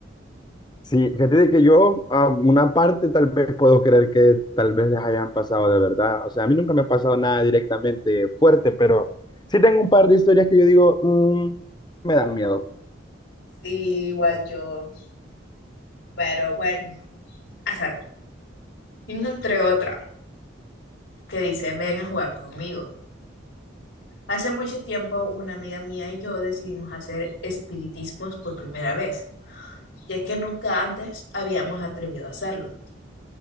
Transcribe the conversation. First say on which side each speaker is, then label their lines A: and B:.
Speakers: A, on the left (about 20°); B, on the left (about 80°).
A: sí, fíjate de que yo a una parte tal vez puedo creer que tal vez les hayan pasado de verdad. O sea, a mí nunca me ha pasado nada directamente fuerte, pero sí tengo un par de historias que yo digo, "Mm, me dan miedo.
B: Sí, igual yo, pero bueno, a saber, Yo encontré otra que dice, ven a jugar conmigo. Hace mucho tiempo una amiga mía y yo decidimos hacer espiritismos por primera vez, ya que nunca antes habíamos atrevido a hacerlo.